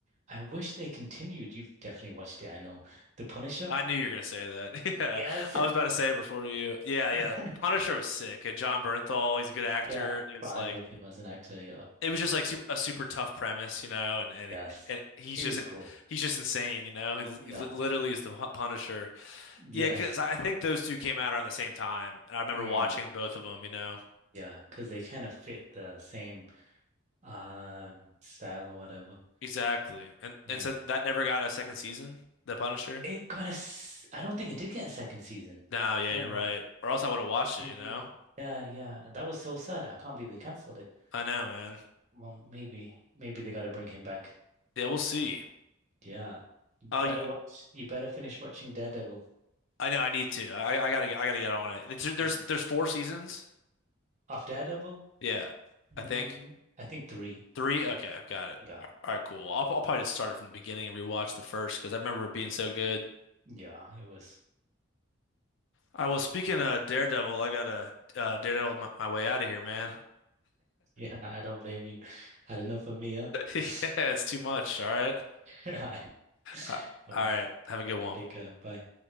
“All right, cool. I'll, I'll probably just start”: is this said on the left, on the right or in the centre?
Left